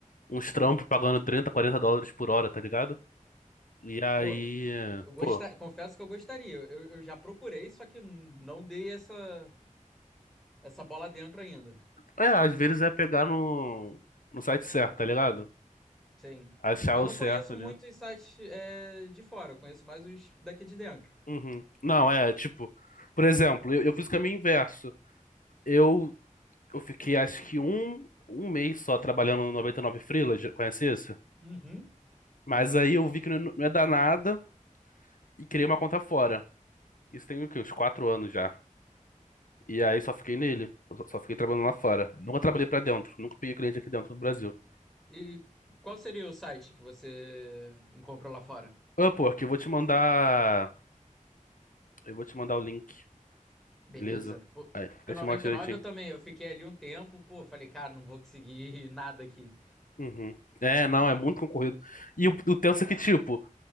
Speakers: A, on the left (about 75°); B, in the centre.
A: uns trampos pagando 30 40 dólares por hora, tá ligado? E aí,
B: Pô, eu gosta...
A: pô,
B: confesso que eu gostaria. Eu, eu já procurei, só que não dei essa, essa bola dentro ainda.
A: é, às vezes é pegar no, no site certo, tá ligado?
B: Sim.
A: Achar
B: Eu
A: o
B: não
A: certo
B: conheço
A: ali.
B: muitos sites é, de fora, eu conheço mais os daqui de dentro.
A: Uhum. Não, é, tipo, por exemplo, eu, eu fiz o caminho inverso. Eu, eu fiquei acho que um, um mês só trabalhando no 99 Freelas, já conhece isso?
B: Uhum.
A: Mas aí eu vi que não, é não é dar nada e criei uma conta fora. Isso tem o quê? Uns quatro anos já. E aí só fiquei nele. Eu Só só fiquei trabalhando lá fora. Nunca trabalhei pra dentro. Nunca peguei cliente aqui dentro do Brasil.
B: E qual seria o site que você encontrou lá fora?
A: Upwork, eu vou te mandar. Eu vou te mandar o link,
B: Beleza.
A: beleza?
B: Pô,
A: Aí,
B: porque
A: eu
B: o noventa
A: te mostro
B: e nove,
A: direitinho.
B: eu também, eu fiquei ali um tempo, pô, falei, cara, não vou conseguir <laughs> nada aqui.
A: Uhum. É, não, é muito concorrido. E o, o tenso é que, tipo,